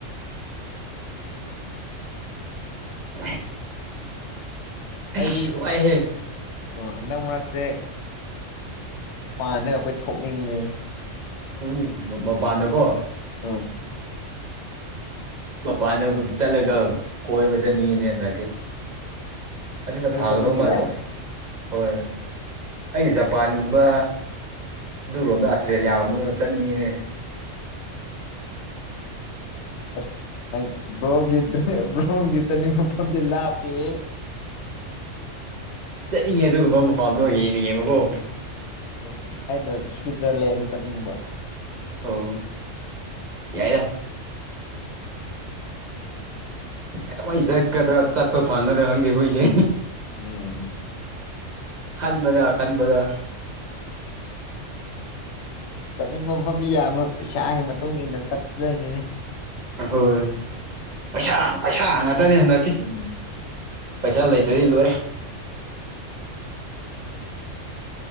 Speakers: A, on the left; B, on the right.
A: <inaudible>
B: <inaudible> ꯑꯁ
A: ꯑꯩꯗꯤ
B: ꯋꯥꯏꯍꯦ
A: ꯑꯁ ꯑꯣ ꯍꯟꯗꯛ ꯃꯔꯛꯁꯦ ꯃꯄꯥꯟꯅꯒ ꯑꯩꯈꯣꯏ ꯊꯣꯛꯅꯤꯡꯕꯅꯦ
B: ꯍꯈꯣꯏꯅꯤ ꯃꯄꯥꯟꯗꯀꯣ
A: ꯎꯝ
B: ꯃꯄꯥꯟꯗ ꯆꯠꯂꯒ ꯀꯣꯏꯕ ꯆꯠꯅꯤꯡꯉꯤꯅꯦ ꯍꯟꯗꯛꯁꯦ ꯑꯗꯨꯗ
A: ꯅꯪꯁꯨ
B: ꯐꯥꯒꯗꯧ
A: ꯆꯠꯅꯤꯡꯉꯤꯔꯥ
B: ꯃꯥꯜꯂꯦꯕ ꯍꯣꯏ ꯑꯩꯗꯤ ꯖꯄꯥꯟꯒꯨꯝꯕ ꯑꯗꯨꯔꯣꯝꯗ ꯑꯁꯔꯦꯜ ꯌꯥꯝꯕꯗꯅ ꯆꯠꯅꯤꯡꯉꯤꯅꯦ
A: ꯑꯁ ꯅꯒꯗ꯭ꯔꯦ ꯆ ꯅꯤꯡꯗꯂ ꯍꯥꯄꯤꯦ
B: ꯆꯠꯅꯤꯡꯉꯦ ꯑꯗꯨꯒꯨꯝꯕ ꯃꯄꯥꯥꯝꯗꯣ ꯌꯦꯡꯅꯤꯡꯉꯦꯕꯀꯣ
A: ꯎꯝ ꯑꯩꯅ ꯁ꯭ꯋꯤꯠꯖꯔꯂꯦꯟꯗ ꯆꯠꯅꯤꯡꯕ
B: ꯑꯣ ꯌꯥꯏꯗ ꯀ ꯆꯠꯒꯗ꯭ꯔꯥ ꯆꯠꯄ ꯐꯪꯒꯗ꯭ꯔꯥ ꯈꯪꯗꯦ ꯍꯣꯏꯁꯦ
A: ꯎꯝ
B: ꯈꯗꯕꯖ ꯈꯗꯕꯖ
A: ꯆꯠꯅꯤꯡꯕ ꯃꯐꯝꯗꯨ ꯌꯥꯝꯕ ꯄꯩꯁꯥꯒꯤ ꯃꯇꯨꯡ ꯏꯟꯅ ꯆꯠꯇꯗꯣꯏꯅꯤꯅꯦ
B: ꯍꯣꯏ ꯄꯩꯁꯥ ꯄꯩꯁꯥ ꯍ ꯉꯇꯅꯤ ꯍꯟꯗꯛꯇꯤ
A: ꯎꯝ
B: ꯄꯩꯁꯥ ꯂꯩꯇ꯭ꯔꯗꯤ ꯂꯣꯏꯔꯦ